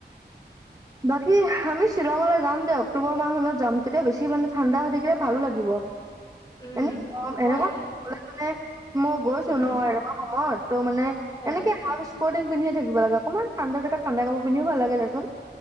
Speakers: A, on the right; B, on the left.
A: বাকী আমি শ্বিলঙলৈ যাম যে অক্টোবৰ মাহ মত যাম তেতিয়া বেছি মানে ঠাণ্ডা হৈ থাকিলে ভালো লাগিব।
B: উম
A: এনেম
B: মই
A: এনেকুৱা কলে মানে মই গৈছো
B: উম উম
A: ন এনেকুৱা সময়ত, ত' মানে
B: অ
A: এনেকে হাফ স্পৰ্টিং। পিধি থাকিবাগ অকমান ঠাণ্ডা জগাত ঠাণ্ডা কাপোৰ পিন্ধিও ভাল লাগ দেচোন।